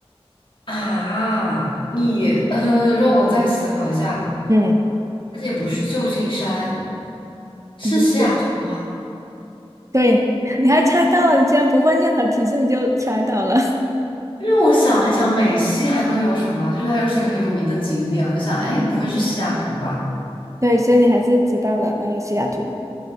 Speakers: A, on the left (about 55°); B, on the right (about 30°).
A: <laughs> 啊，你呃，让我再思考一下，
B: 嗯，
A: 那也不是旧金山，是西雅图吗？
B: <laughs> 不是对，<laughs> 你还猜到了，你竟然不问任何提示你就猜到了。
A: 因为我想了一想，美西还能有什么啊？就是还有几个很有名的景点，我就想，哎，不会是西雅图吧？
B: <laughs> 对，所以你还是知道的那个西雅图。